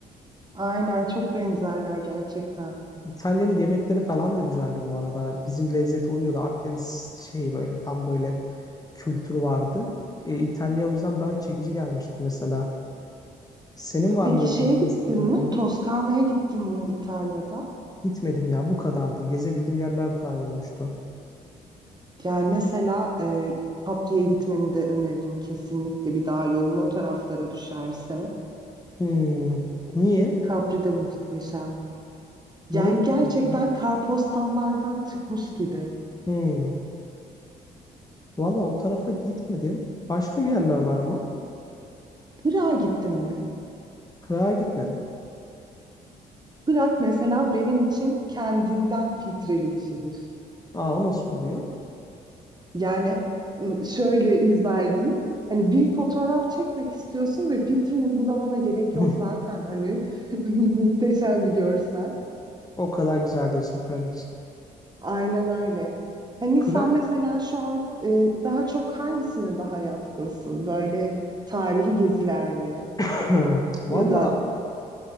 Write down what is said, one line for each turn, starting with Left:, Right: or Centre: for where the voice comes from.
Right: Aynen çok benzerler gerçekten.
Left: İtalya'nın yemekleri falan da güzeldi bu arada. Bizim lezzete uyuyordu. Akdeniz şeyi böyle tam böyle kültürü vardı. E, İtalya o yüzden bana çekici gelmişti mesela. Senin
Right: E, Peki
Left: var mı böyle
Right: şeye
Left: gittiğin
Right: gittin
Left: sevdiğin
Right: mi?
Left: yerler?
Right: Toskana'ya gittin mi İtalya'da?
Left: Gitmedim ya bu kadardı. Gezebildiğim yerler bu kadar olmuştu.
Right: Yani mesela e, Capri'ye gitmeni de öneririm kesinlikle bir daha yolun o taraflara düşerse.
Left: Hmm. Niye?
Right: Capri de muhteşem. Yani
Left: Neye gittin
Right: gerçekten
Left: mesela?
Right: kartpostallardan çıkmış gibi.
Left: Hmm. Valla o tarafa gitmedim. Başka bir yerler var mı?
Right: Prag'a gittin mi?
Left: Prag'a gitmedim.
Right: Prag mesela benim için kendinden filtreli bir şehir.
Left: Aa o nasıl oluyor?
Right: Yani şöyle izah edeyim. Hani bir fotoğraf çekmek istiyorsun ve filtre uygulamana gerek
Left: <laughs>
Right: yok zaten. Hani <laughs> muhteşem bir görsel.
Left: O kadar güzel diyorsun Prag için.
Right: Aynen öyle. Hani
Left: Prag
Right: sen mesela şu an e, daha çok hangisine daha yatkınsın? Böyle tarihi geziler mi?
Left: <clears throat> Valla
Right: Ya da